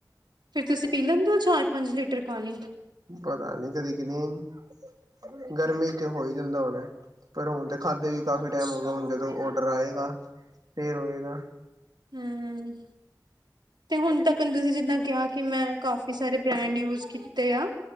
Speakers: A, on the right (about 80°); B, on the right (about 60°).
A: ਫੇਰ ਤੁਸੀਂ ਪੀ ਲੈਂਦੇ ਹੋ ਚਾਰ ਪੰਜ ਲੀਟਰ ਪਾਣੀ?
B: ਪਤਾ ਨੀ ਕਦੀ ਕਿਨਾਂ <unintelligible> ਗਰਮੀ ਚ ਹੋਈ ਜਿੰਦਾ ਹੋਣਾ ਪਰ ਹੁਣ ਤੇ ਖਾਧੇ ਵੀ ਕਾਫ਼ੀ
A: ਅੱਛਾ।
B: ਟਾਈਮ ਹੋ ਗਿਆ, ਹੁਣ ਜਦੋਂ ਔਡਰ ਆਏਗਾ ਫੇਰ ਹੋਏਗਾ।
A: ਹੂੰ ਤੇ ਹੁਣ ਤੱਕ ਤੁਸੀਂ ਜਿੱਦਾਂ ਕਿਹਾ ਕਿ ਮੈਂ ਕਾਫੀ ਸਾਰੇ ਬ੍ਰੈਂਡ ਯੂਜ ਕੀਤੇ ਤੇ ਆ